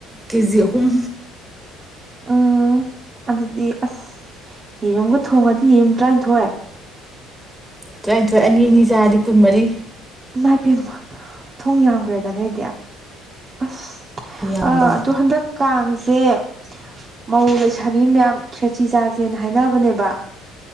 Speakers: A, in the centre; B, on the right.
A: ꯀꯦꯖꯤ ꯑꯍꯨꯝ
B: ꯎꯝ ꯑꯗꯨꯗꯤ ꯑꯁ ꯌꯦꯔꯨꯝꯒ ꯊꯣꯡꯉꯗꯤ ꯌꯦꯔꯨꯝ ꯇꯔꯥꯏꯟꯊꯣꯏ
A: ꯇꯔꯥꯏꯟꯊꯣꯏ ꯑꯅꯤ ꯑꯅꯤ ꯆꯥꯔꯗꯤ ꯀꯨꯟꯃꯔꯤ
B: ꯃꯥꯏꯄꯦꯝꯃ ꯊꯣꯡ ꯌꯥꯝꯒ꯭ꯔꯦꯗ ꯅꯣꯏꯗꯤ ꯑꯁ
A: ꯌꯥꯝꯕꯅꯦ
B: ꯑꯥ ꯑꯗꯣ ꯍꯟꯗꯛ ꯀꯥꯡꯖ ꯖꯦ ꯃꯧ ꯂꯩꯁꯥꯕꯤ ꯃꯌꯥꯝ ꯈꯦꯆꯤ ꯆꯥꯥꯖꯦꯅ ꯍꯥꯏꯅꯕꯅꯦꯕ